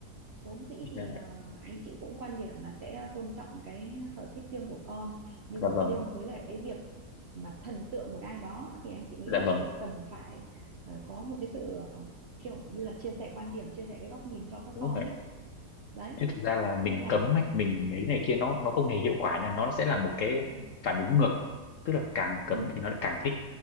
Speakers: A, on the right; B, on the left.
A: Vốn dĩ
B: Nên
A: thì
B: là,
A: ờ, anh chị cũng quan điểm là sẽ tôn trọng cái sở thích riêng của con nhưng
B: dạ
A: mà
B: vâng
A: riêng với lại cái việc mà thần tượng một ai đó thì anh chị nghĩ
B: dạ
A: là anh
B: vâng
A: chị cần phải ờ, có một cái sự ờ, kiểu như là chia sẻ quan điểm chia sẻ cái góc nhìn cho các
B: đúng
A: con
B: rồi
A: ấy đấy
B: chứ thực ra là mình
A: thế là
B: cấm hay mình ấy này kia nó nó không hề hiệu quả nha nó sẽ là một cái
A: Ừ.
B: phản ứng ngược tức là càng cấm
A: ừ,
B: thì nó lại càng thích